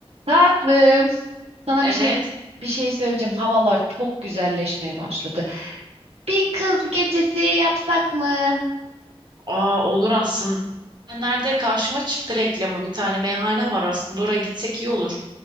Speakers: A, on the right (about 75°); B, on the right (about 45°).
A: Tatlım, sana
B: Evet,
A: bir şey bir şey söyleyeceğim. Havalar çok güzelleşmeye başladı. Bir kız gecesi yapsak mı?
B: aa, olur aslında. Nerede karşıma çıktı reklamı bir tane meyhane var aslında oraya gitsek iyi olur.